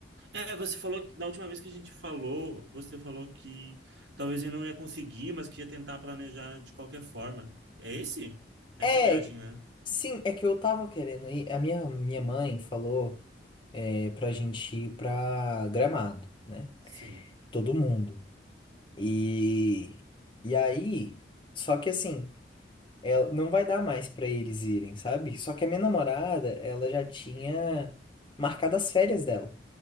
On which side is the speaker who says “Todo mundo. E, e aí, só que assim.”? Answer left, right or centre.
Left